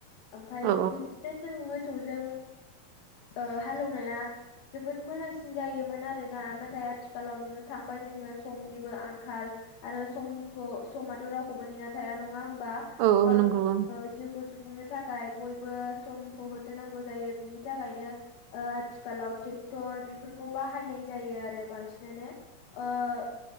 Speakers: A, on the left; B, on the right.
A: ओमफाय
B: औ
A: बिब दिनो जों मोसौजों ओ हालौवनाया जोबोद मोजांसिन जायोमोन आरोना नाथाय आथिखालाव नुनो थांबाय जोङो समनिबो आंखाल आरो समखौ समाथ' रावखौबो नेना थाया नङा होमबा
B: औ औ
A: गावनि
B: नंगौ ओं
A: जिउखौ सुफुंनो थाखाय बयबो समखौ होसोनांगौ जायो बिनि थाखायनो आथिखालाव ट्रेक्टर बेफोरखौ बाहायनाय जायो आरो बांसिन नानो ओ